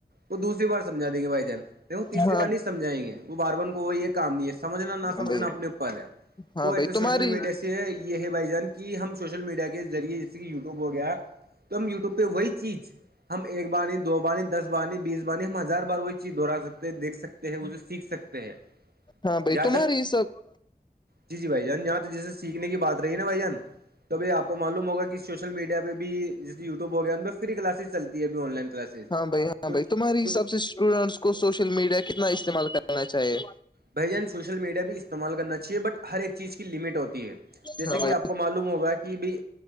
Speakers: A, on the right; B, on the left.
A: وہ دوسری بار سمجھا دیں گے بھائی جان دیکھو تیسری
B: ہاں
A: بار نہیں سمجائیں گے وہ بار بن کو وہ یہ کام نہیں ہے سمجھنا
B: ہاں
A: نہ سمجنا
B: بھائی
A: اپنے اوپر ہے
B: ہاں
A: تو
B: بھائی
A: ہے تو سوشل
B: تمہاری
A: میڈیا یہ ہے بھائی جان کہ ہم سوشل میڈیا کے ذریعے جیسے کہ یوٹیوب ہو گیا ہم یوٹیوب پہ وہی چیز ہم ایکار بانی دو بانی دس بانی بیس بانی ہم ہزار بار وہی چیز دہرا سکتے دھ سکتے ہیں اسے سیکھ سکتے ہیں
B: ہاں بھائی
A: یا
B: تمہاری
A: ت <inaudible>
B: سب
A: جی جی بھائی جان یہاں تو جیسے سیکھنے کی بات رہی نا بھائی جان توبھی آپ کو معلوم ہوگ کہ سوشل میڈیا پہ بھی جیے یوٹیو ہو گیا ان پہ فری کلاسز چلتی ہے اھی آن لائن کلاسز
B: ہاں بھائی ہاں
A: کچھ
B: بھائی تمہاریےساب
A: کچھ
B: سے اسٹوڈینٹس کو سوشل میڈیا کتنا استعمال کرنا چاہیے
A: بھائی جان سوشل میڈیا بھی استعمال کرنا چاہیے بٹ ہر ایک چیز کی لمٹ ہوتی ہے جیسے
B: ہاں
A: کہ
B: بھائی
A: آپ کو معلوم ہوگا کہ بھائی